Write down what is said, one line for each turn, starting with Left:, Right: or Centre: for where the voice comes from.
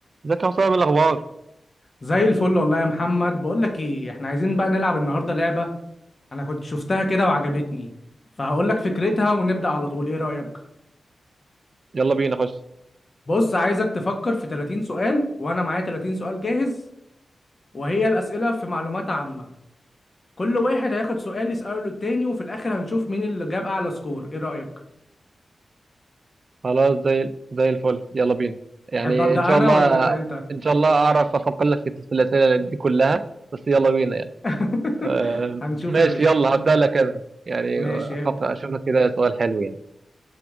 Right: ازيك يا حسام إيه الاخبار
Left: زي الفل والله يا محمد بقول لك ايه احنا عايزين بقى نلعب النهارده لعبه انا كنت شفتها كده وعجبتني فهقول لك فكرتها ونبدا على طول ايه رايك
Right: يلا بينا خش
Left: بص عايزك تفكر في 30 سؤال وانا معايا 30 سؤال جاهز وهي الاسئله في معلومات عامه كل واحد هياخد سؤال يساله للتاني وفي الاخر هنشوف مين اللي جاب اعلى سكور ايه رايك
Right: خلاص زي زي الفل يلا بينا يعني
Left: تحب ابدا
Right: ان شاء
Left: انا
Right: الله
Left: ولا تبدا انت
Right: ان شاء الله اعرف افكر لك في في الاسئله دي كلها بس يلا بينا يعني
Left: <laughs>
Right: آه
Left: هنشوف
Right: ماشي
Left: يا باشا
Right: يلا هبدا لك انا يعني
Left: ماشي
Right: افكر
Left: ابدا
Right: اشوف لك كده سؤال حلو يعني